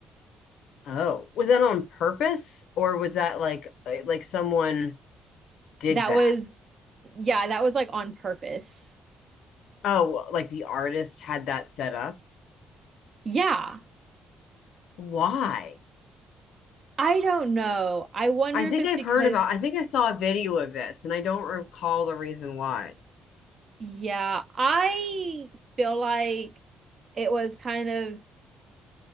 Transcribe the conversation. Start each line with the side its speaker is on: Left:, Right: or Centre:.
Left: Oh, was that on purpose or was that like uh, like someone did
Right: That
Left: that?
Right: was, yeah, that was like on purpose.
Left: Oh, like the artist had that set up?
Right: Yeah,
Left: Why?
Right: I don't know. I wonder
Left: I think
Right: if it's
Left: I've
Right: because,
Left: heard about I think I saw a video of this and I don't recall the reason why.
Right: yeah, I feel like it was kind of